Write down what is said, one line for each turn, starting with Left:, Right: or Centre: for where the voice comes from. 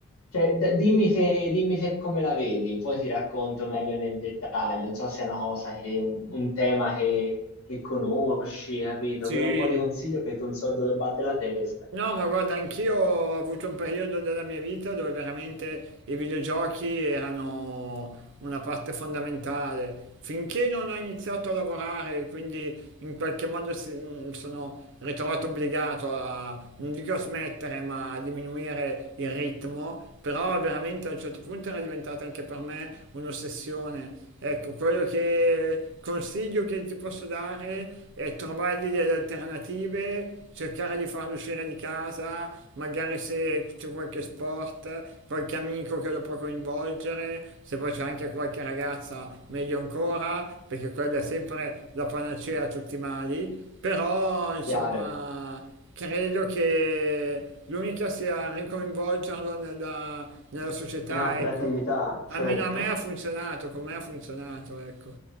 Left: cioè, d- dimmi te, dimmi te come la vedi, poi ti racconto meglio nel dettaglio. Non so se è una cosa che, un, un tema che, che conosci, capito?
Right: Sì.
Left: Volevo un po' di consiglio perché non so dove batte la testa.
Right: No, ma guarda, anch'io ho avuto un periodo della mia vita dove veramente i videogiochi erano una parte fondamentale. Finché non ho iniziato a lavorare, quindi in qualche modo si- mi sono ritrovato obbligato a, non dico a smettere, ma a diminuire il ritmo, però veramente a un certo punto era diventata anche per me un'ossessione. Ecco, quello che consiglio che ti posso dare è trovargli delle alternative, cercare di farlo uscire di casa, magari se c'è qualche sport, qualche amico che lo può coinvolgere, se poi c'è anche qualche ragazza, meglio ancora, perché quella è sempre la panacea a tutti i mali. Però, insomma,
Left: Chiaro.
Right: credo che l'unica sia ricoinvolgerlo nella, nella società,
Left: In altre
Right: ecco.
Left: attività, certo.
Right: Almeno a me ha funzionato, con me ha funzionato, ecco.